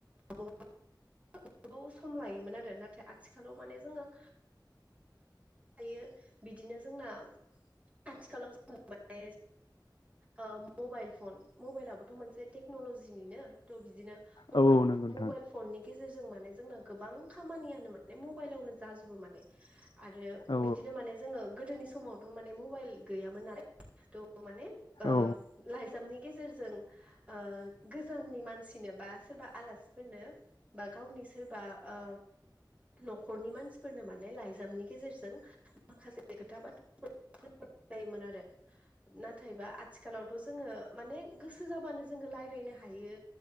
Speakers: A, on the right (about 15°); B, on the left (about 80°).
A: बहा गोबाव सम लायोमोन आरो नाथाय आथिखालाव माने जोङो‌ हायो बिदिनो जोंना आथिखालाव जों माने ओ मबाइल फन मबाइलबोथ' मोनसे तेकनल लजियानो थ बिदिनो मबाइल
B: औ औ नंगौ नोंथां
A: मबाइल फननि गेजेरजों माने जोंना गोबां खामानियानो माने मबाइलावनो जाजोबो माने आरो
B: औ
A: बिदिनो माने जोङो गोदोनि समावथ' माने मबाइल गैयामोन नालाय त माने ओ
B: औ
A: लायजामनि गे जेरजों ओ गोजाननि मानसिनो बा सोरबा आलासिफोरनो बा गावनि सोरबा ओ न'खरनि मानसिफोरनो माने लाइजामनि गेजेरजों माखासे खोथा बाथ्रा फोर जायोमोन आरो नाथायबा आथिखालावथ' जोङो माने गोसो जाबानो जोङो रायज्लायनो हायो